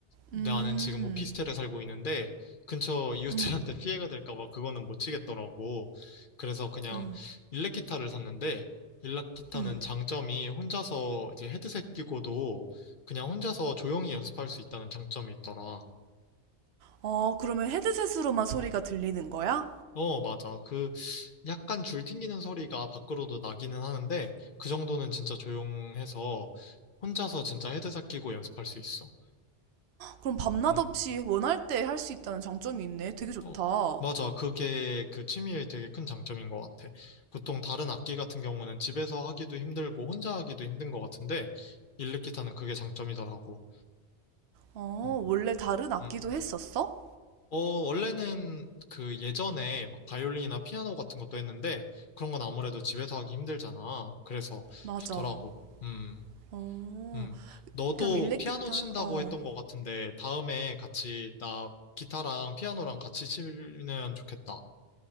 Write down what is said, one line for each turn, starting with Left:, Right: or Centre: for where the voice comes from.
Left: 나는
Right: 음,
Left: 지금 오피스텔에 살고 있는데 근처 이웃들한테
Right: 음,
Left: <laughs> 피해가 될까 봐 그거는 못 치겠더라고. 그래서 그냥
Right: 어,
Left: 일렉 기타를 샀는데 일렉 기타는
Right: 음.
Left: 장점이 혼자서 이제 헤드셋 끼고도 그냥 혼자서 조용히 연습할 수 있다는 장점이 있더라.
Right: 어, 그러면 헤드셋으로만 소리가 들리는 거야?
Left: 어, 맞아. 그 약간 줄 튕기는 소리가 밖으로도 나기는 하는데 그 정도는 진짜 조용해서 혼자서 진짜 헤드셋 끼고 연습할 수 있어.
Right: 그럼 밤낮
Left: 음.
Right: 없이 원할 때 할 수 있다는 장점이 있네. 되게 좋다.
Left: 어, 맞아. 그게 그 취미의 되게 큰 장점인 것 같아. 보통 다른 악기 같은 경우는 집에서 하기도 힘들고 혼자 하기도 힘든 것 같은데, 일렉기타는 그게 장점이더라고.
Right: 어,
Left: 음.
Right: 원래 다른 악기도
Left: 음.
Right: 했었어?
Left: 어, 원래는 그 예전에 막 바이올린이나 피아노 같은 것도 했는데, 그런 건 아무래도 집에서 하기 힘들잖아. 그래서
Right: 맞아.
Left: 좋더라고. 음,
Right: 어,
Left: 음. 너도
Right: 그럼 일렉기타.
Left: 피아노 친다고
Right: 어.
Left: 했던 것 같은데, 다음에 같이 나 기타랑 피아노랑 같이 치면 좋겠다.